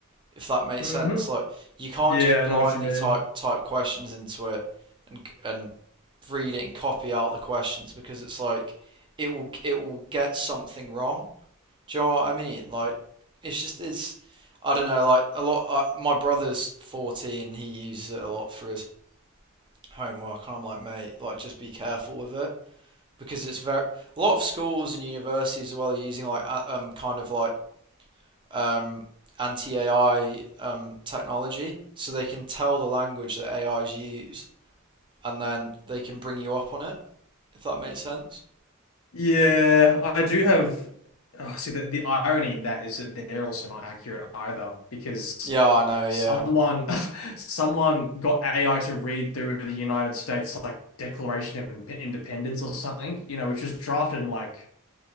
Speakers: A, on the right; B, on the left.
A: If that makes
B: hmm
A: sense, like you can't
B: Yeah,
A: just blindly
B: I know what you mean.
A: type type questions into it and and read it and copy out the questions because it's like it will it will get something wrong. Do you know what I mean? Like it's just it's I don't know. Like a lot, I, my brother's fourteen. He uses it a lot for his homework, and I'm like, mate, like just be careful with it because it's very a lot of schools and universities as well are using like um kind of like um anti-AI um technology so they can tell the language that AIs use and then they can bring you up on it if that makes sense.
B: Yeah, I do have. Oh, see, the, the irony in that is that they're also not accurate either because
A: Yeah, I know, yeah.
B: someone <laughs> someone got AI to read through the United States like Declaration of Ind- Independence or something, you know, which was drafted in like